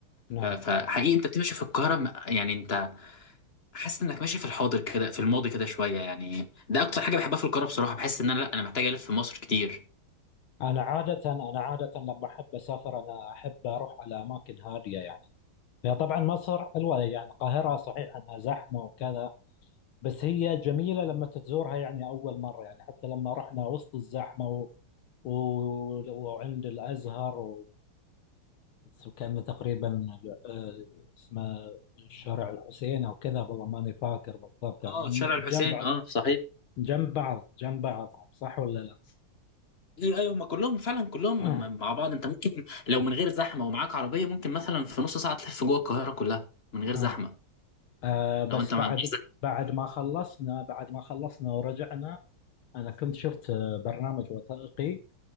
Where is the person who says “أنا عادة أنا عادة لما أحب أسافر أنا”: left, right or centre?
Left